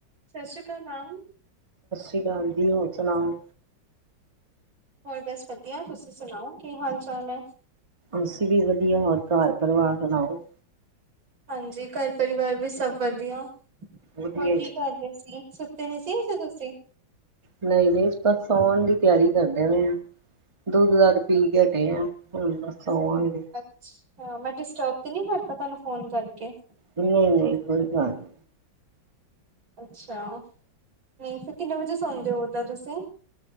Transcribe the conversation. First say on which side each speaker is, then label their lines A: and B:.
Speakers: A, on the right; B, on the right.
A: ਸਤਿ ਸ੍ਰੀ ਅਕਾਲ ਮੈਮ।
B: ਸਤਿ ਸ਼੍ਰੀ ਅਕਾਲ ਜੀ ਹੋਰ ਸੁਣਾਓ।
A: ਹੋਰ ਬਸ ਵਧੀਆ ਤੁਸੀਂ ਸੁਣਾਓ? ਕੀ ਹਾਲ ਚਾਲ ਹੈ?
B: ਅਸੀਂ ਵੀ ਵਧੀਆ ਹੋਰ ਘਰ ਪਰਿਵਾਰ ਸੁਣਾਓ?
A: ਹਾਂਜੀ ਘਰ ਪਰਿਵਾਰ ਵੀ ਸਭ ਵਧੀਆ।
B: ਵਧੀਆ
A: ਹੋਰ ਕੀ ਕਰ ਰਹੇ ਸੀ ਸੁੱਤੇ ਨੀ ਸੀ ਅਜੇ ਤੁਸੀਂ?
B: ਨਹੀਂ ਨਹੀਂ ਬਸ ਸੌਉਨ ਦੀ ਤਿਆਰੀ। <unintelligible> ਦੁੱਧ ਦਾੱਧ ਪੀ ਕੇ ਹਟੇ ਆ ਹੁਣ ਸੌਵਾਂਗੇ
A: ਅੱਛਾ ਮੈਂ ਡਿਸਟਰਬ ਤੇ ਨਹੀਂ ਕਰਦਾ ਤੁਹਾਨੂੰ ਫੋਨ ਕਰਕੇ? ਕਿ?
B: ਨਹੀਂ ਨਹੀਂ ਕੋਈ ਗੱਲ ਨੀ।
A: ਅੱਛਾ। ਨਹੀ ਫਿਰ ਕਿੰਨੇ ਵਜੇ ਸੋਦੇ ਹੋ ਓਦਾ ਤੁਸੀ